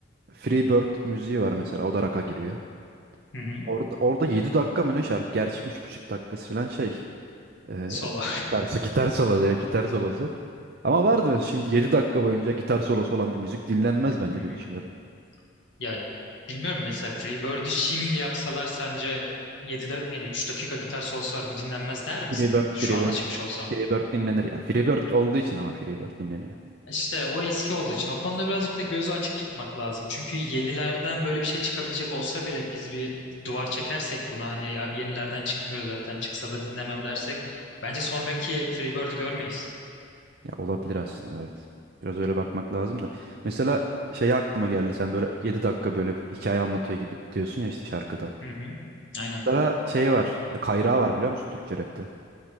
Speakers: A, on the right; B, on the left.
A: Free Bird müziği var mesela. O da rock'a giriyor.
B: Hı hı.
A: Orada, orada 7 dakika mı ne şarkı? Gerçi üç buçuk dakikası falan şey. Ee,
B: Solo.
A: dersi <laughs> gitar solosu. evet, Gitar solosu. Ama vardı mesela şimdi 7 dakika boyunca gitar solosu olan bir müzik dinlenmez bence
B: Hı hı.
A: diye düşünüyorum.
B: Ya bilmiyorum mesela Freebird'ü şimdi yapsalar sence 7'de yani 3 dakika gitar solosu var bu dinlenmez der misin
A: Freebird,
B: şu
A: Freebird,
B: anda çıkmış olsa?
A: Freebird dinlenir ya. Freebird olduğu için ama Freebird dinleniyor.
B: İşte o eski olduğu için o konuda birazcık da gözü açık tutmak lazım. Çünkü yenilerden böyle bir şey çıkabilecek olsa bile biz bir duvar çekersek buna hani abi yenilerden çıkmıyor zaten çıksa da dinlemem dersek bence sonraki Freebird'ü görmeyiz.
A: Ya olabilir aslında evet. Biraz öyle bakmak lazım da. Mesela şey aklıma geldi sen böyle 7 dakika böyle hikaye anlatıyor gibi diyorsun ya işte şarkıda.
B: Hı hı. Aynen.
A: Mesela şey var. e, Kayrağı var biliyor musun Türkçe rapte?